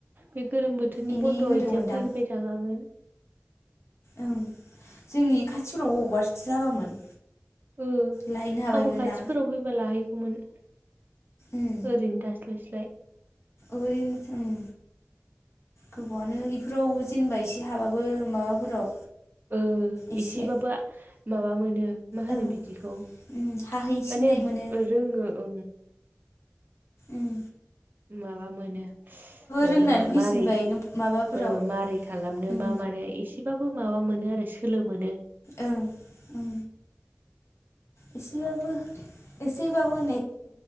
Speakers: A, on the right; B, on the left.
A: बे गोलोम बोथोरनि
B: इनि
A: बन्द'आव
B: होदोंमोनदां
A: इदिया फैबाय थाखागोन।
B: ओं जोंनि खाथिफोराव अबावबा जाबामोन।
A: ओ
B: लाहैनो हाबायमोन
A: आंबो खाथिफोराव
B: ना
A: फैबा लाहैगौमोन।
B: उम
A: ओरैनो थास्लायस्लाय।
B: ओरैनो उम गोबावानो बेफोराव जेनेबा एसे हाबाबो माबाफोराव
A: ओ
B: एसे
A: एसेबाबो माबा मोनो। मा होनो
B: ओं
A: बिदिखौ माने
B: उम हाहैसिननाय मोनो
A: रोङो ओं।
B: ओम
A: माबा मोनो ओ
B: रोंनानै फैसिनबाय
A: मारै
B: माबाफोराव
A: ओ मारै खालामनो
B: उम
A: मा मानो एसेबाबो माबा मोनो आरो सोलो मोनो।
B: ओं ओ एसेबाबो एसे बाबो